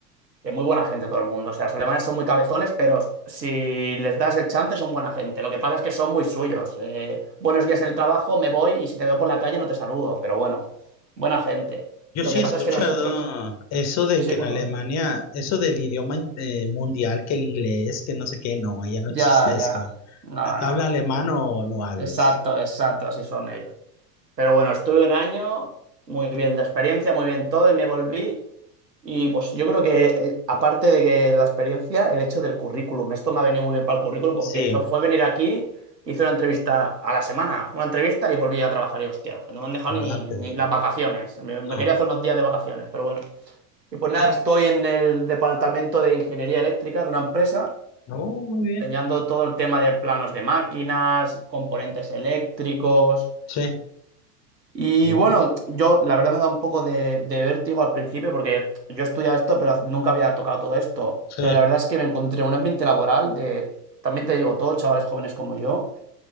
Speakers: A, on the right; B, on the left.
A: Eh, muy buena gente todo el mundo. O sea, los alemanes son muy cabezones, pero si les das el chance son buena gente. Lo que pasa es que son muy suyos. Eh, buenos días en el trabajo, me voy y si te veo por la calle no te saludo. Pero bueno, buena gente.
B: Yo
A: Lo
B: sí
A: que
B: he escuchado
A: pasa es que nosotros...
B: eso de
A: Sí, sí,
B: que
A: cuéntame.
B: en Alemania, eso del idioma eh, mundial, que el inglés, que no sé qué, no, allá no
A: Ya,
B: existe
A: ya.
B: eso.
A: No,
B: Acá
A: no.
B: habla alemán o no hables.
A: Exacto, exacto, así son ellos. Pero bueno, estuve un año, muy bien de experiencia, muy bien todo y me volví. Y pues yo creo que, eh, aparte de que la experiencia, el hecho del currículum. Esto me ha venido muy bien para el currículum pues,
B: Sí,
A: porque fue, fue venir aquí, hice una entrevista a la semana, una entrevista y volví a trabajar. Y hostia, no me han dejado ni,
B: rápido.
A: ni las vacaciones. Me, me
B: No.
A: quería hacer unos días de vacaciones, pero bueno. Y pues nada,
B: Ah,
A: estoy en el departamento de ingeniería eléctrica de una empresa,
B: no, muy bien.
A: enseñando todo el tema de planos de máquinas, componentes eléctricos.
B: Sí.
A: Y
B: Oh,
A: bueno, yo la verdad me da un poco de, de vértigo al principio porque yo estudiaba esto, pero nunca había tocado todo esto.
B: sí.
A: Pero la verdad es que me encontré un ambiente laboral de, también te digo, todos chavales jóvenes como yo,